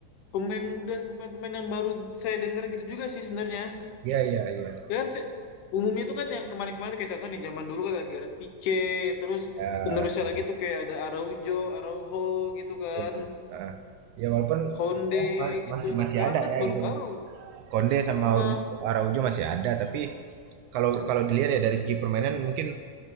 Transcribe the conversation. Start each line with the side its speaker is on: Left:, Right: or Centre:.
Left: pemain muda, pemain-pemain yang baru saya dengar gitu juga sih sebenarnya.
Right: Iya iya iya.
Left: Ya kan se- umumnya tuh kan yang kemarin-kemarin tuh kayak contoh nih zaman dulu kan ada Gareth Pique, terus
Right: Ya,
Left: penerusnya lagi tuh kayak ada Araujo, Araujo gitu kan,
Right: ya. Ah. Ya, walaupun
Left: Konde
Right: ma-
Left: gitu.
Right: masih
Left: Nah
Right: masih
Left: sekarang
Right: ada
Left: kan
Right: ya
Left: baru-baru.
Right: gitu. Konde sama
Left: Heeh.
Right: Aur- Araujo masih ada, tapi kalau kalau dilihat ya dari segi permainan mungkin